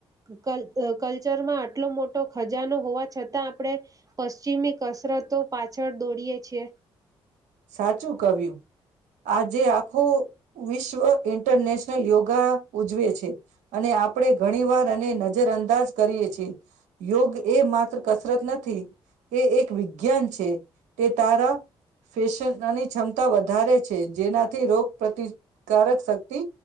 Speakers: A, on the right; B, on the right.
A: કલ કલ્ચરમાં આટલો મોટો ખજાનો હોવા છતાં આપણે પશ્ચિમી કસરતો પાછળ દોડીએ છીએ?
B: સાચું કવ્યું. આજે આખું વિશ્વ ઇન્ટરનેશનલ યોગા ઉજવે છે. અને આપણે ઘણી વાર અને નજર અંદાજ કરીએ છીએ. યોગ એ માત્ર કસરત નથી, એ એક વિજ્ઞાન છે. તે તારા ફેશનની ક્ષમતા વધારે છે જેનાથી રોગ પ્રતિ કારક શક્તિ